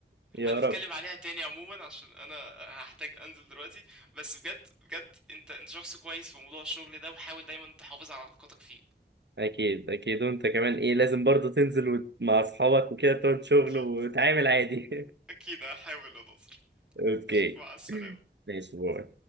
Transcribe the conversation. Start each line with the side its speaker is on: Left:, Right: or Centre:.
Right: يا
Centre: هنتكلم
Right: رب
Centre: عليها تاني عموما عشان انا هحتاج انزل دلوقتي بس بجد بجد انت انت شخص كويس في موضوع الشغل ده وحاول دايما تحافظ على علاقاتك فيه
Right: اكيد اكيد وانت كمان ايه لازم برضه تنزل وت- مع اصحابك وكده تقعد شغل
Centre: اكيد
Right: وتعامل عادي
Centre: اكيد هحاول يا ناصر
Right: <laughs> اوكي
Centre: مع السلامة
Right: ماشي باي